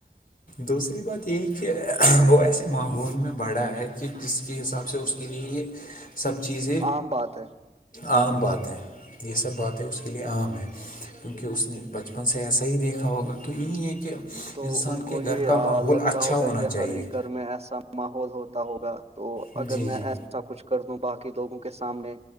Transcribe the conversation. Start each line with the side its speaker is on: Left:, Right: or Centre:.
Left: دوسری بات یہی ہے کہ وہ ایسے ماحول میں بڑا ہے کہ جس کے حساب سے اس کے لیے یہ سب چیزیں
Right: عام بات ہے
Left: عام باتیں یہ سب باتیں اس کے لیے عام ہیں کیونکہ اس نے بچپن سے ایسا ہی دیکھا ہوگا تو یہی ہے کہ
Right: تو
Left: انسان
Right: ان
Left: کے
Right: کو یہ
Left: گھر کا ماحول
Right: لگتا
Left: اچھا
Right: ہوگا
Left: ہونا
Right: کہ
Left: چاہیے
Right: ہر ایک گھر میں ایسا ماحول ہوتا ہوگا تو
Left: جی
Right: اگر میں
Left: جی
Right: ایسا کچھ کر دوں باقی لوگوں کے سامنے